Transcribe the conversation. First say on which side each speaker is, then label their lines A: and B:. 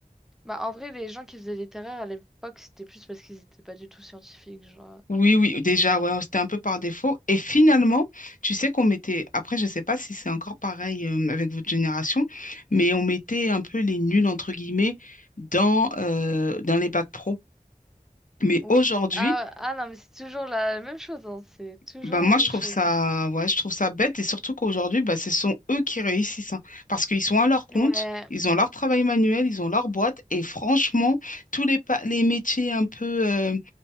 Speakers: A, in the centre; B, on the left.
A: Bah, en vrai, les gens qui faisaient littéraire à l'époque, c'était plus parce qu'ils étaient pas du tout scientifiques, genre.
B: Oui, oui, déjà, ouais, c'était un peu par défaut. Et finalement, tu sais qu'on mettait, après, je sais pas si c'est encore pareil euh, avec votre génération, mais on mettait un peu les nuls, entre guillemets, dans, euh, dans les bacs pro. Mais
A: Oui.
B: aujourd'hui,
A: Ah, ah non, mais c'est toujours la même chose, hein. C'est toujours
B: Bah moi
A: la même
B: je trouve
A: chose.
B: ça ouais je trouve ça bête et surtout qu'aujourd'hui bah ce sont eux qui réussissent hein. parce qu'ils sont à leur compte
A: Ouais.
B: ils ont leur travail manuel ils ont leur boîte et franchement tous les pa- les métiers un peu euh,